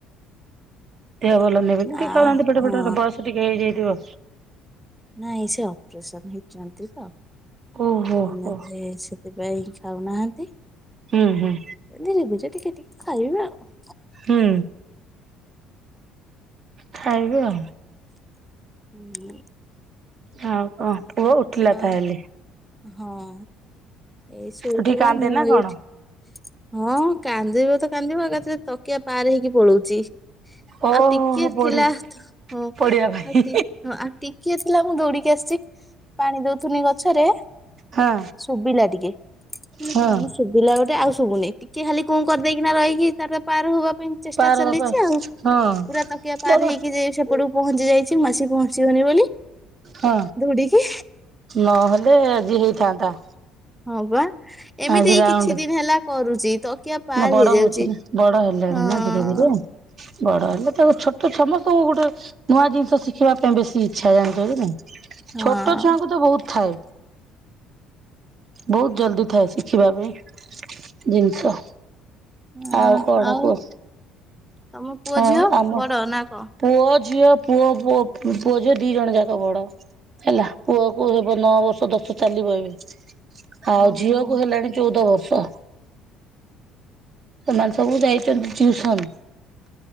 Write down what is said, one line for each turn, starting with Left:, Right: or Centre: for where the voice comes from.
Right: ଦେହ ଭଲ ନାହିଁ ବୋଲି ଟିକେ
Centre: ଆଉ
Right: ଖାଉନାହାନ୍ତି ପେଟ
Centre: ହଁ।
Right: ଫେଟ ବସ ଟିକେ ହେଇଯାଇଥିବ।
Centre: ନାଇଁ ସେ ଅପରେସନ ହେଇଛନ୍ତି ତ
Right: ଓହୋ
Centre: ମନା
Right: ହୋ
Centre: କଲେ ଏ ଇ ସବ୍ ଥିପାଇଁ ଖାଉନାହାନ୍ତି।
Right: ହୁଁ ହୁଁ।
Centre: ଦେବୁ ଯେ ଟିକେ ଟିକେ ଖାଇବେ ଆଉ।
Right: ହୁଁ। ଖାଇବୁ ଆଉ।
Centre: ହୁଁ।
Right: ହଉ କ ପୁଅ ଉଠିଲା
Centre: ଆଉ
Right: ତାହେଲେ।
Centre: ହଁ ଏଇ ଶୋଇଥିଲା
Right: ଉଠିକି କାନ୍ଦେ
Centre: ମୁଁ
Right: ନା
Centre: ଏଇ
Right: କଣ?
Centre: ଉଠି। ହଁ କାନ୍ଦିବ ତ କାନ୍ଦିବ ଏକାଥରେ ତକିଆ ପାର ହେଇକି ପଳଉଚି।
Right: ଓହୋ
Centre: ଆଉ ଟିକିଏ
Right: ହୋ ପଡି
Centre: ଥିଲା ତ ହଁ ଆଉ
Right: ପଡିବା ପାଇଁ
Centre: ଟି ଟିକିଏ ଥିଲା ମୁଁ ଦୌଡିକି ଆସିଛି ପାଣି ଦଉଥୁଲି ଗଛରେ।
Right: ହଁ
Centre: ଶୁଭିଲା ଟିକେ ମୁଁ
Right: ହଁ।
Centre: କଇଲି କଣ ଶୁ ଶୁଭିଲା ଗୋଟେ ଆଉ ସବୁନି ଟିକେ ଖାଲି କୁ କରିଦେଇକିନା ରହିକି ତାର ପାର ହବା ପାଇଁ ଚେଷ୍ଟା
Right: ପାର
Centre: ଚାଲଇଚି
Right: ବାବା
Centre: ଆଉ
Right: ହଁ
Centre: ପୁରା ତକିଆ ପାର
Right: ବଡ
Centre: ହେଇକି ଯ ସେପଟକୁ ପହଞ୍ଚି ଯାଇଛି ମୁଁ କି ପହଞ୍ଚିବନି ବୋଲି।
Right: ହଁ
Centre: ଦୌଡିକି
Right: ନହେଲେ ଆଜି ହେଇଥାନ୍ତା।
Centre: ହଁ ବା ଏମିତି
Right: ଆଜି
Centre: ଏଇ
Right: ରାଉଣ୍ଡ
Centre: କିଛି ଦିନ ହେଲା କରୁଛି ତକିଆ ପାର
Right: ନା ବଡ
Centre: ହେଇଯାଉଛି।
Right: ହଉଛି ନା ବଡ ହେଲାଣି
Centre: ହଁ
Right: ନା ଧୀରେ ଧିରେ ବଡ ହେଲେ ତାକୁ ଛୋଟ ସମସ୍ତଙ୍କୁ ଗୋଟେ ନୂଆ ଜିନିଷ ଶିଖିବା ପାଇଁ ବେଶୀ ଇଛା ଜାଣିଛ କି ନାଇଁ
Centre: ହଁ
Right: ଛୋଟ ଛୁଆଙ୍କୁ ତ ବହୁତ ଥାଏ। ବହୁତ ଜଲଦି ଥାଏ ଶିଖିବା ପାଇଁ ଜିନିଷ।
Centre: ନା
Right: ଆଉ କଣ
Centre: ଆଉ
Right: କୁହ
Centre: ତମ ପୁଅ
Right: ଆଉ
Centre: ଝିଅ
Right: ଆମ
Centre: ବଡ ନା କ?
Right: ପୁଅ ଝିଅ ପୁଅ ପୁଅ ଝିଅ ଦି ଜଣ ଯାକ ବଡ। ହେଲା ପୁଅ କୁ ହେବ ନଅ ବର୍ଷ ଦଶ ଚାଲିବ ଏବେ। ଆଉ
Centre: ଓହୋ
Right: ଝିଅ କୁ ହେଲାଣି ଚଉଦ ବର୍ଷ। ସେମାନେ ସବୁ ଯାଇଛନ୍ତି ଟିଉସନ୍।